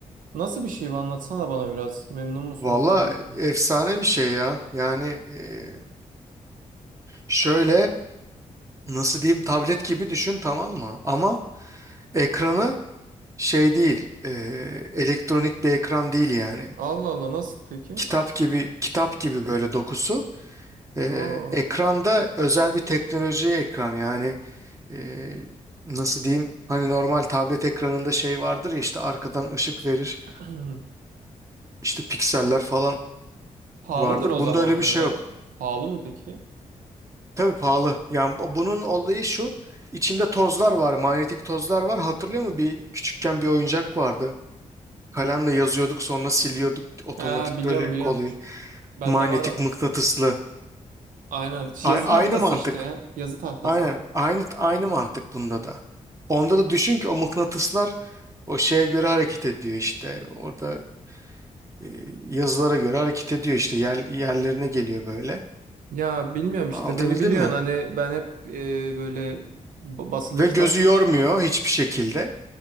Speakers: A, on the right; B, on the right.
A: Nasıl bir şey bu anlatsana bana biraz. Memnun musun
B: Valla
A: değil misin?
B: efsane bir şey ya. Yani e, şöyle nasıl diyeyim tablet gibi düşün tamam mı? Ama ekranı şey değil. e, elektronik bir ekran değil yani.
A: Allah Allah nasıl peki?
B: Kitap gibi kitap gibi böyle dokusu. E,
A: Aa.
B: ekranda özel bir teknoloji ekran yani e, nasıl diyeyim? Hani normal tablet ekranında şey vardır ya işte arkadan ışık verir.
A: <clears throat>
B: işte pikseller falan
A: Pahalıdır
B: vardır.
A: o zaman
B: Bunda öyle
A: bu
B: bir şey
A: ya.
B: yok.
A: Pahalı mı peki?
B: Tabii pahalı. Yani bu- bunun olayı şu. İçinde tozlar var, manyetik tozlar var. Hatırlıyor musun? Bir küçükken bir oyuncak vardı. Kalemle yazıyorduk, sonra siliyorduk otomatik
A: Ha, biliyorum
B: böyle
A: biliyorum.
B: kolay
A: Şu- Bende
B: Manyetik
A: var o.
B: mıknatıslı.
A: Aynen.
B: A-
A: Yazı
B: aynı
A: tahtası
B: mantık.
A: işte ya. Yazı tahtası.
B: Aynen. Aynı aynı mantık bunda da. Onda da düşün ki o mıknatıslar o şeye göre hareket ediyor işte. Orada e, yazılara göre hareket ediyor işte. Yer, yerlerine geliyor böyle.
A: Ya bilmiyorum işte
B: Anlatabildim
A: beni biliyorsun
B: mi?
A: hani ben hep e, böyle ba- basılı
B: Ve
A: kitap
B: gözü yormuyor hiçbir şekilde.